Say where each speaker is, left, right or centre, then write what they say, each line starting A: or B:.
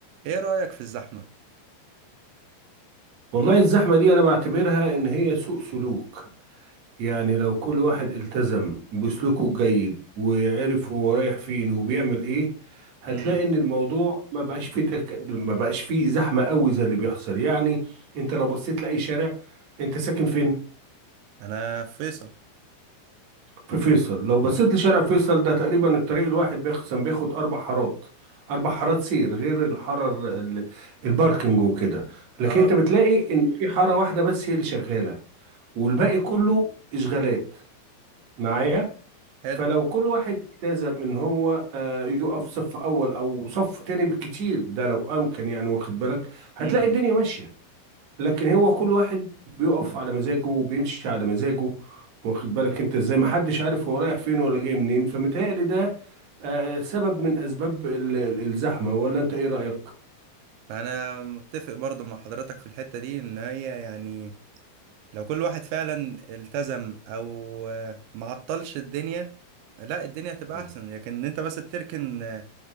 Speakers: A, on the right; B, on the right.
A: ايه رأيك في الزحمة
B: والله الزحمة دي أنا بعتبرها إن هي سوء سلوك يعني لو كل واحد التزم بسلوكه الجيد وعرف هو رايح فين وبيعمل إيه هتلاقي
A: امم
B: إن الموضوع ما بقاش فيه تك... ما بقاش فيه زحمة قوي زي اللي بيحصل يعني أنت لو بصيت لأي شارع أنت ساكن فين؟
A: انا فيصل
B: في فيصل لو بصيت لشارع فيصل ده تقريبا الطريق الواحد بيخصم بياخد أربع حارات أربع حارات سير غير الحارة ال- الباركنج وكده لكن
A: اه
B: أنت بتلاقي إن في حارة واحدة بس هي اللي شغالة والباقي كله اشغالات معايا
A: حلو
B: فلو كل واحد التزم ان هو آه، يقف صف اول او صف تاني بالكتير ده لو امكن يعني واخد بالك هتلاقي
A: امم
B: الدنيا ماشيه لكن هو كل واحد بيقف على مزاجه وبيمشي على مزاجه واخد بالك انت ازاي محدش عارف هو رايح فين ولا جاي منين فمتهيألي ده آه، سبب من اسباب ال- ال- الزحمه ولا انت ايه رايك؟
A: انا متفق برضو مع حضرتك في الحتة دي ان هي يعني لو كل واحد فعلا التزم او آه، معطلش الدنيا لا الدنيا هتبقى
B: مم.
A: احسن لكن إن انت مثلا تركن آه،